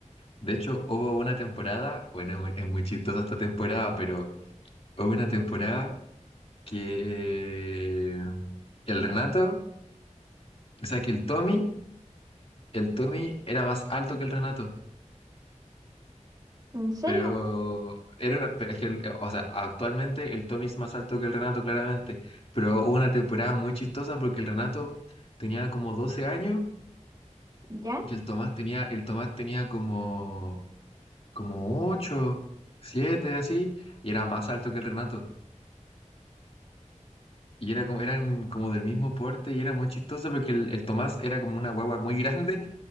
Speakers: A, on the left (about 50°); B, on the right (about 30°).
A: de hecho hubo una temporada, bueno, es muy es muy chistosa esta temporada, pero hubo una temporada que el Renato, o sea, que el Tommy, el Tommy era más alto que el Renato,
B: ¿En serio?
A: pero era una- pero es que, el- o sea, actualmente el Tommy es más alto que el Renato, claramente, pero hubo una temporada muy chistosa porque el Renato tenía como 12 años
B: ¿Ya?
A: y el Tomás tenía, el Tomás tenía como, como 8, 7 así, y era más alto que el Renato. Y era como, eran como del mismo porte y era muy chistoso porque el, el Tomás era como una guagua muy grande